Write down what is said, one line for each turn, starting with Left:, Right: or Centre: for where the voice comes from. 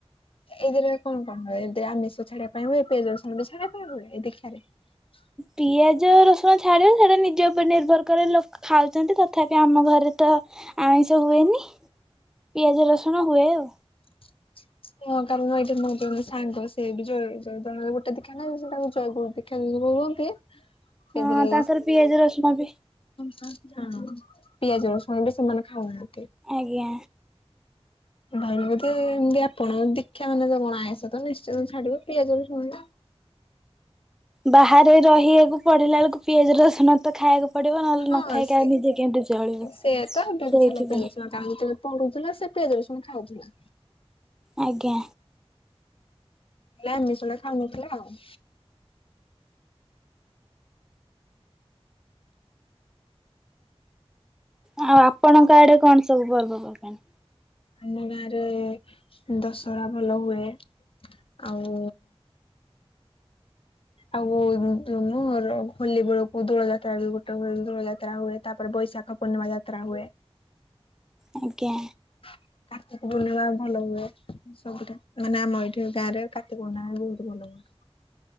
Left: ଏଇଥିରେ କଣ କଣ ହୁଏ ଏରେ ଆମିଷ ଛାଡିବା ପାଇଁ ହୁଏ ପିଆଜ ରସୁଣ ଛାଡିବା ପାଇଁ ହୁଏ ଦିକ୍ଷା ରେ। ହ
Centre: ପିଆଜ ରସୁଣ ଛାଡ଼ିବ ସେଇଟା ନିଜ ଉପରେ ନିର୍ଭର କରେ ଲୋକ ଖାଉଛନ୍ତି ତଥାପି ଆମ ଘରେ ତ ଆମିଷ ହୁଏନି ପିଆଜ ରସୁଣ ହୁଏ ଆଉ।
Left: <inaudible> ହଁ କାରଣ ଏଇଟି ମଁ ବି ଜଣେ ସାଙ୍ଗ ସେ ବିଯେ ଗୋଟେ ଦେଖା ନା ସେଟା ଦେଖା। କୁହ ସେଥିରେ
Centre: ହଁ ତାଙ୍କର ପିଆଜ ରସୁଣ ବି
Left: ସାଇତି ହଁ ପିଆଜ ରସୁଣ ବି ସେମାନେ ଖାଉନାହାନ୍ତି।
Centre: ଆଜ୍ଞା।
Left: ଭାଙ୍ଗିକି ଏମିତି ଆପ ଆପଣ ଦୀକ୍ଷା ମାନେ ଯ କଣ ଆଇସ ତ ନିଶ୍ଚିତ ଛାଡିବ ପିଆଜ ରଶୁଣ।
Centre: ବାହାରେ ରହିବାକୁ ପଡିଲା ବେଳକୁ ପିଆଜ ରସୁଣ ତ ଖାଇବାକୁ ପଡିବ ନହେଲେ
Left: ହଁ
Centre: ନ ଖାଇକି
Left: ସି
Centre: ଆଉ ନିଜେ କେମିତି ଚଳିବୁ
Left: ସିଏ ତ ବଟ
Centre: ସେଇଥିପାଇଁ
Left: ଛେଲା ପାଉଛି ନା କାରଣ ଯେତେବେଳେ ପଢୁଥିଲା ସେ ପିଆଜ ରସୁଣ ଖାଉଥିଲା।
Centre: ଆଜ୍ଞା।
Left: ହେଲା ଏ ଆମିଶ ଖାଉନଥିଲା ଆଉ।
Centre: ଆଉ ଆପଣଙ୍କ ଆଡେ କଣ ସବୁ ପର୍ବ ପର୍ବାଣୀ?
Left: ଆମ ଗାଁ ରେ ଦଶହରା ଭଲ ହୁଏ। ଆଉ ଆଉ ହୋଲି ବେଳକୁ ଦୋଳ ଯାତ୍ରା ବି ଗୋଟେ ହୁଏ ଦୋଳ ଯାତ୍ରା ହୁଏ ତାପରେ ବୈ ଶାଖ ପୂର୍ଣିମା ଯାତ୍ରା ହୁଏ
Centre: ଆଜ୍ଞା।
Left: ହ କାତିକୁ ବନେଇବା ଭଲ ହୁଏ ସବୁଟା ମାନେ ଆମ ଏଇଠି ଗାଁ ରେ କାତି ବନେଇବା ବହୁତ ଭଲ ହୁଏ।